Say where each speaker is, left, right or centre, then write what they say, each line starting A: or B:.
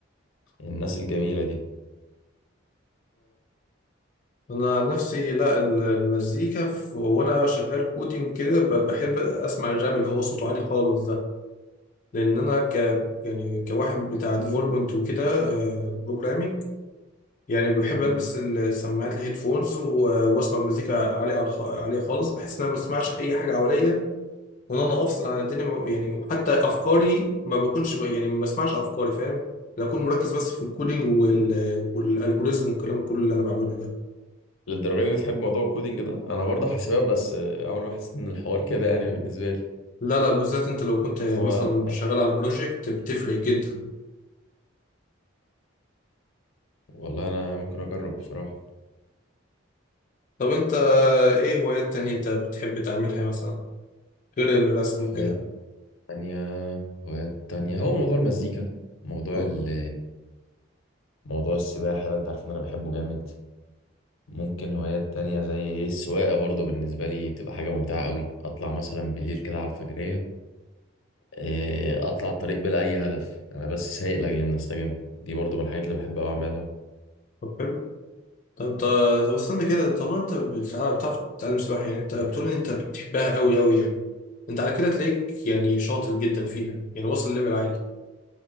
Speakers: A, on the left; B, on the left.
A: الناس الجميلة دي
B: انا عن نفسي لا ال- المزيكا في وانا شغال كودينج كده ب- بحب اسمع الراب اللي هو صوته عالي خالص ده لان انا ك يعني كواحد بتاع ديفلوبمنت وكده بروجرامينج يعني بحب
A: مم.
B: البس السماعات الهيدفونز و- واسمع مزيكا عاليه على الخ- عاليه خالص بحس ان انا ما بسمعش اي حاجه حواليا وان انا افصل عن الدنيا م- يعني حتى افكاري ما بكونش ب- يعني ما بسمعش افكاري فاهم بكون مركز بس في الكودينج والالجوريزم والكلام كله اللي انا بعمله ده
A: للدرجة دي بتحب موضوع الكودينج ده أنا برضه حاسبات بس آه، عمري ما حسيت إن الحوار كده يعني بالنسبة لي
B: لا لا بالذات انت لو كنت مثلا
A: هو
B: شغال على بروجكت بتفرق جدا
A: والله أنا ممكن أجرب بصراحة
B: طب انت ايه هوايات تانية انت بتحب تعملها مثلا غير الرسم
A: هوايات
B: وكده
A: تانية هوايات تانية هو موضوع المزيكا موضوع
B: اه،
A: ال موضوع السباحة ده أنت عارف إن أنا بحبه جامد ممكن هوايات تانية زي ايه السواقة برضو بالنسبة لي تبقى حاجة ممتعة قوي اطلع مثلا بالليل كده على الفجرية إيه، اطلع الطريق بلا اي هدف انا بس سايق لاجل ان استجم دي برضو من الحاجات اللي بحب قوي اعملها
B: طب حلو طب انت طب استنى كده طب انت بتع- بتعرف تتعلم سباحة يعني انت بتقول ان انت بتحبها قوي قوي يعني انت على كده تلاقيك يعني شاطر جدا فيها يعني واصل ليفل عالي